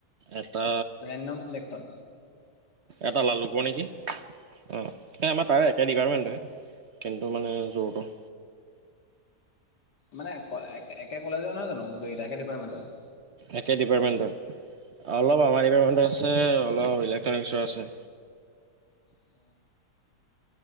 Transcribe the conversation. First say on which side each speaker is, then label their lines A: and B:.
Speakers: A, on the right (about 60°); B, on the left (about 75°).
A: এটা,
B: ৰেণ্ডম চিলেকশ্যন
A: এটা লালুকৰ নেকি অ এই আমাৰ তাৰে একে ডিপাৰ্টমেণ্ট হয়। কিন্তু মানে জৰ তৰ।
B: মানে একে কলেজৰ নহয় জানো গোটেই কেইটা একে ডিপাৰ্টমেণ্টৰে।
A: একে ডিপাৰ্টমেণ্টৰ অলপ আমাৰ ডিপাৰ্টমেণ্টৰ আছে, অলপ ইলেক্ট্ৰনিকছৰ আছে।
B: অ,